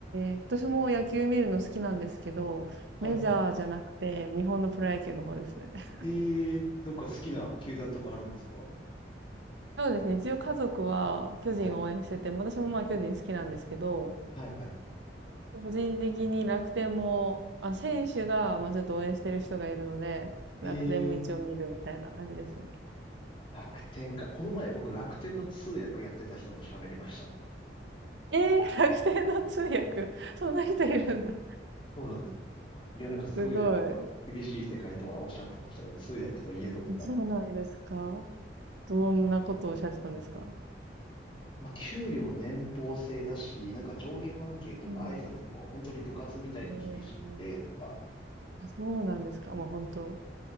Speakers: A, on the right; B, on the left.
A: え、私も野球見るの好きなんですけど、メジャーじゃなくて、
B: はいは
A: 日本のプロ野球の方ですね。<laughs>
B: い。えー、どっか好きな球団とかあるんですかは
A: そうですね。一応家族は巨人を応援してて、
B: い。
A: 私もまあ巨人好きなんですけど、
B: はいはい。
A: 個人的に楽天も、あ、選手がまあちょっと応援してる人がいるので、
B: えー、
A: 楽天も一応見るみたいな感じですね。
B: 楽天か。この前僕楽天の通訳やってた人と喋りました。
A: えー、楽天の通訳、そんな人いるんだ。
B: そうなんですよ。いや、なんかすごいでもやっぱ厳しい世界とはおっしゃってましたね。
A: すごい。
B: 通訳といえどみたいな。
A: そうなんですかどんなことをおっしゃってたんですか
B: まあ、給料年俸制だし、なんか上下関係とか挨拶も本当に部活みたいに厳しくてとか、
A: うん。えーそうなんですか。まあ、本当